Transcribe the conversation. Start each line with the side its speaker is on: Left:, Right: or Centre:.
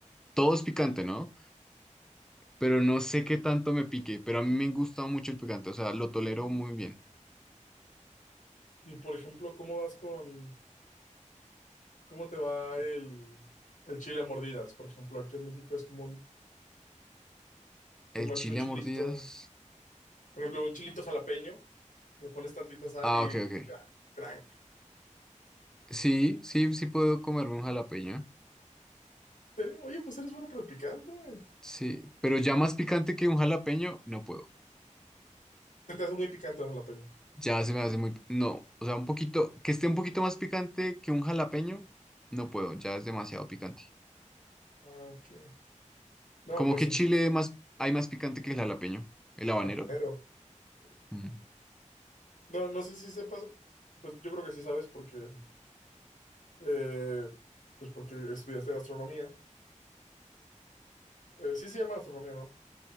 Centre: todo es picante, ¿no? Pero no sé qué tanto me pique, pero a mí me gusta mucho el picante, o sea, lo tolero muy bien.
Left: Y por ejemplo, ¿cómo vas con, cómo te va el, el chile a mordidas? Por ejemplo, aquí en México es común
Centre: ¿El
Left: comerte
Centre: chile
Left: un chilito,
Centre: a mordidas?
Left: por ejemplo, un chilito jalapeño, le pones tantita sal
Centre: Ah,
Left: y
Centre: ok, ok.
Left: cra- crank.
Centre: Sí, sí, sí puedo comerme un jalapeño.
Left: ¿En serio? Oye, pues eres bueno para el picante.
Centre: Sí, pero ya más picante que un jalapeño, no puedo.
Left: Se te hace muy picante el jalapeño.
Centre: Ya se me hace muy... No, o sea, un poquito, que esté un poquito más picante que un jalapeño, no puedo, ya es demasiado picante.
Left: Ah, ok. No,
Centre: Como
Left: pues
Centre: que
Left: entonces,
Centre: Chile más, hay más picante que el jalapeño, el habanero.
Left: habanero. Sí.
Centre: Ujú.
Left: No, no sé si sepas, pues yo creo que sí sabes porque, eh, pues porque estudiaste gastronomía. Eh, sí se llama gastronomía, ¿no?